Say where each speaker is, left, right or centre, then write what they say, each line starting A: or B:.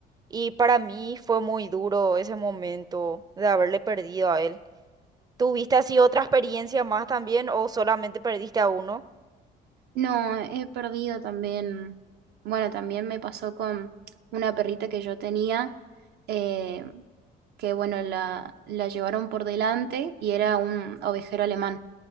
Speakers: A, on the right; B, on the right.
A: Y para mí fue muy duro ese momento de haberle perdido a él. ¿Tuviste así otra experiencia más también o solamente perdiste a uno?
B: No, he perdido también, bueno, también me pasó con una perrita que yo tenía, eh, que bueno, la, la llevaron por delante y era un ovejero alemán.